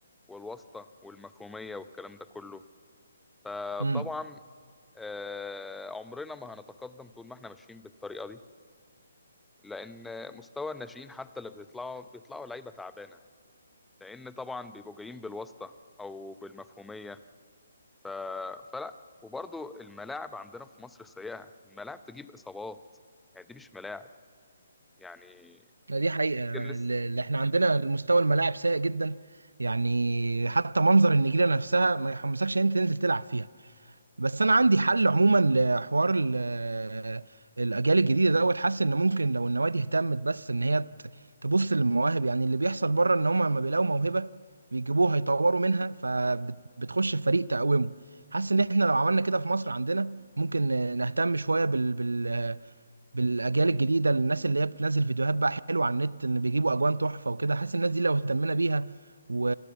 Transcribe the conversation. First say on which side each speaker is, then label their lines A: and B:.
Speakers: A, in the centre; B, on the right.
A: والواسطة والمفهومية والكلام ده كله فطبعا
B: امم
A: آه، عمرنا ما هنتقدم طول ما احنا ماشيين بالطريقه دي لان مستوى الناشئين حتى اللي بيطلعوا بيطلعوا لعيبه تعبانه لان طبعا بيبقوا جايين بالواسطه او بالمفهوميه ف... فلا وبرضو الملاعب عندنا في مصر سيئه الملاعب تجيب اصابات يعني دي مش ملاعب يعني
B: دي حقيقة
A: ممكن
B: يعني
A: لسه
B: اللي إحنا عندنا المستوى الملاعب سيء جدا يعني حتى منظر النجيلة نفسها ما يحمسكش إن أنت تنزل تلعب فيها بس انا عندي حل عموما لحوار ال- الاجيال الجديده دوت حاسس ان ممكن لو النوادي اهتمت بس ان هي ت- تبص للمواهب يعني اللي بيحصل بره ان هم لما بيلاقوا موهبه بيجيبوها يطوروا منها فبتخش في فريق تقومه حاسس ان احنا لو عملنا كده في مصر عندنا ممكن نهتم شويه بال... بال... بالاجيال الجديده الناس اللي هي بتنزل فيديوهات بقى حلوه على النت ان بيجيبوا اجوان تحفه وكده حاسس الناس دي لو اهتمنا بيها و...